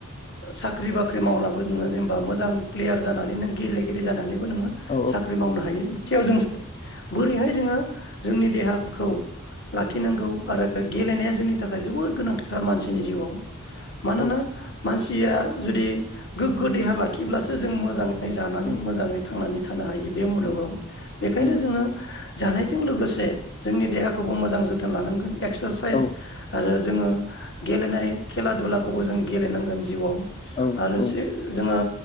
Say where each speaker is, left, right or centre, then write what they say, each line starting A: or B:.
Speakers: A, on the left; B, on the left.
A: साख्रि बाख्रि मावनाबो नोङो जेनेबा मोजां प्लेयार जानानै नों गेलेगिरि जानानैबो नोङो
B: औ
A: साख्रि मावनो हायो । जों बोरैहाय जोङो जोंनि देहाखौ लाखिनांगौ आरो गेलेनाया जोंनि थाखाय जोबोर गोनां । थार मानसि नि जिउआव मानोना
B: औ
A: मानसि थिया जुदि गोग्गो देहा लाखिब्लास सो जों मोजां जानानै
B: औ
A: मोजाङै थांनानै थानो हायो बे मुलुगाव
B: औ
A: बेखायनो
B: उम
A: जोङो जानाय । जों लोगोसे जोंनि देहाखौबो मोजां जोथोन लानांगोन एक्सारसाइस
B: औ
A: आरो जोङो गेलेनाय खेला दुलाखौबो जों गेलेनांगोन जिउआव
B: औ
A: आरोसो
B: औ
A: जोङो